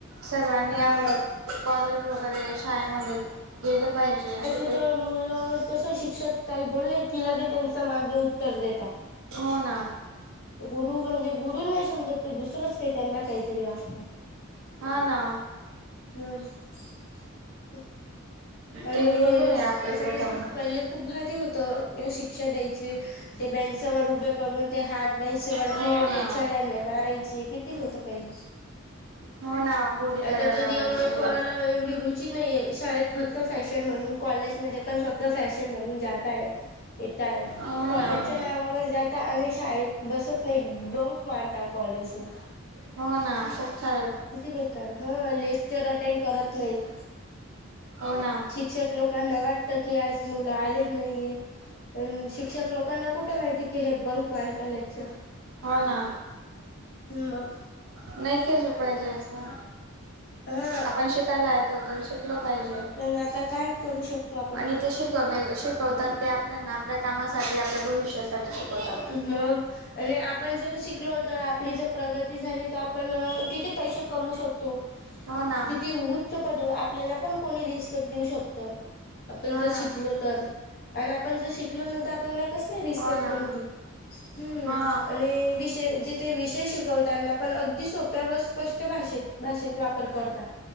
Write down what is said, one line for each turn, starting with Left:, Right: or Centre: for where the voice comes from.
Right: सर्वांनी
Left: हा.
Right: आपण कॉलेज वगैरे शाळेमध्ये गेलं पाहिजे असे.
Left: आता मुलं तसं शिक्षक काही बोलले की, लगे त्यांचं मागे उत्तर देता.
Right: हो ना
Left: गुरु म्हणजे गुरु नाही समजत ते दुसरंच काही त्यांना काहीतरी वाटत.
Right: हा ना.
Left: मग <unintelligible> आणि
Right: ते गुरु आहे आपले
Left: असं
Right: प्रथम
Left: कस पहिले खूप भारी होत किवा शिक्षा द्याय ते बेंच व उभे करून ते हात बेंच वर
Right: हो
Left: ठेवून
Right: ना
Left: त्या छड्यांनी मारायची की किती होत पाहिल.
Right: हो ना गोडी
Left: आता
Right: करायला
Left: तरी
Right: लावायचे
Left: एवढ्या कोणाला, एवढी रुची नाहीये शाळेत. फक्त फॅशन म्हणून कॉलेज म पण फक्त फॅशन म्हणून जाताय येताय
Right: हो
Left: कॉलेजच्या
Right: ना
Left: नावावर जात आणि शा ब त नाही बंक मारता कॉलेजला.
Right: हो ना खूप सार
Left: किती बेकार ह लेक्चर, अटेंड करत नाही.
Right: हो ना
Left: शिक्षक लोकां ना वाटतं की आज मुलं आले नाहीये. पण शिक्षक लोकांना कुठे माहिती की हे बंक मारत आले सर
Right: हो ना.
Left: मग.
Right: नाही केलं पाहिजे असं.
Left: ह!
Right: आपण शिकायला येतो, तर शिकल पाहिजे
Left: पण आता काय करू शकतो आपण
Right: आणि
Left: पण
Right: ते शिकवलेल शी तात ते आपल्याना, आपल्या कामासाठी, आपल्या भविष्यासाठी. शिकवतात
Left: मग आणि आपण जर शिकलो तर आपली जर प्रगती झाली, तर आपण किती पैसे कमू शकतो.
Right: हो ना
Left: किती उच्च पदी, आपल्याला पण कोणी रिस्पेक्ट देऊ शकत. आपण
Right: हा
Left: जर
Right: ना
Left: शिकलो तर, आण आपण जर शिकलो नई तर आपल्याना कसली रिस्पेक्ट
Right: हो ना
Left: कोणी दिईल. हूं
Right: हा
Left: आणि विशे जे ते विषय शिकवताना पण अगदी सोप्या व स्पष्ट भाषेत, भाषेत वापर करता.